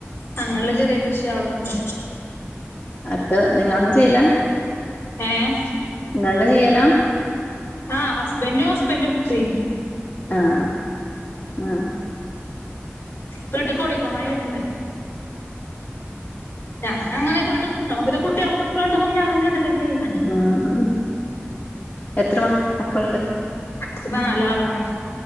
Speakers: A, on the left (about 70°); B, on the left (about 45°).
A: അങ്ങനള്ളേ ചെറിയേ കൃഷി അഅക്കണ്ട്.
B: അക്ക നിങ്ങളന്നും ചെയ്യില്ലാ?
A: ഏഹ്
B: തന്നേ ചിയ്യലാ?
A: ആഹ് ഹസ്ബന്റും ഹസ്ബന്റും പി
B: ആഹ് ആഹ്.
A: വ്ട്ട്ക്ക് ഓടിക്കോ മയ വര്ന്ണ്ട്. ഞാന അങ്ങനെ വ്ട്ട്ക്ക് നമക്കന്നേ കുട്ട്യാളും മക്കളും ണ്ടാവുംമ്പോ അതന്നേ ണ്ടല്ലോ ജീവിക്കാ
B: ആഹ് അഹ് എത്ര മ മക്കള്ണ്ട്?
A: ഇക്ക്നാലാളാണ്.